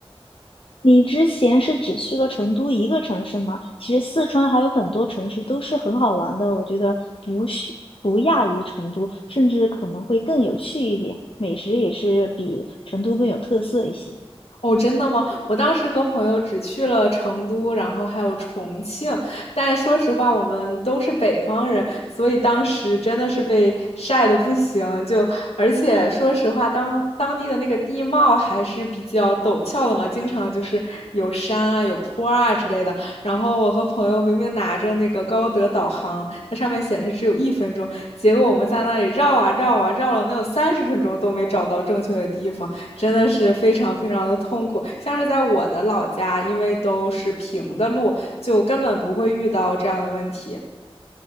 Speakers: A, on the left; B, on the left.
A: 你之前是只去了成都一个城市吗？其实四川还有很多城市都是很好玩的，我觉得不是不亚于成都，甚至可能会更有趣一点，美食也是比成都更有特色一些。
B: 哦，真的吗？我当时和朋友只去了成都，然后还有重庆，但说实话，我们都是北方人，所以当时真的是被晒得不行。就而且说实话，当当地的那个地貌还是比较陡峭的嘛，经常就是有山啊、有坡啊之类的。然后我和朋友明明拿着那个高德导航，它上面显示只有一分钟，结果我们在那里绕啊绕啊绕了能有三十分钟都没找到正确的地方。真的是非常非常的痛苦。像是在我的老家，因为都是平的路，就根本不会遇到这样的问题。